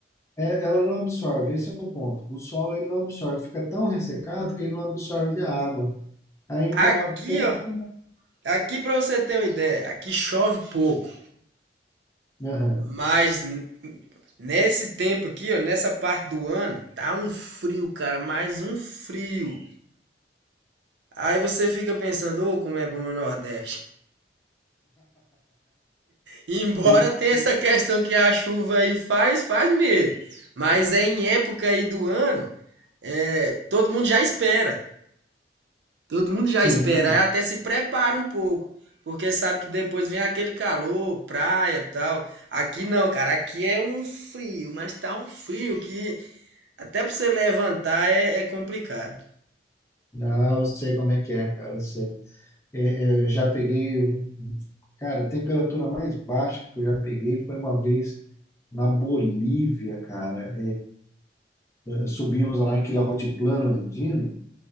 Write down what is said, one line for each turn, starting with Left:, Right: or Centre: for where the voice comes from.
Left: É, ela não absorve, esse é o ponto. O solo ele não absorve, fica tão ressecado que ele não absorve a água. Aí então
Right: Aqui,
Left: até.
Right: ó,
Left: como-
Right: aqui para você ter uma ideia, aqui chove pouco,
Left: Aham.
Right: mas n- nesse tempo aqui, ó, nessa parte do ano, tá um frio, cara, mais um frio. Aí você fica pensando, ô, como é bom meu Nordeste. E Embora
Left: De-
Right: tenha
Left: de-
Right: essa questão que a chuva aí faz, faz medo. Mas é em época aí do ano, é, todo mundo já espera. Todo mundo já
Left: Sim,
Right: espera, aí até se prepara um pouco. Porque sabe que depois vem aquele calor, praia e tal. Aqui não, cara, aqui é um frio, mas tá um frio que até pra você levantar é, é complicado.
Left: não, eu sei como é que é, cara, eu sei. É, é, eu já peguei, um- um- cara, a temperatura mais baixa que eu já peguei foi uma vez na Bolívia, cara. É, subimos lá aquele altiplano andino,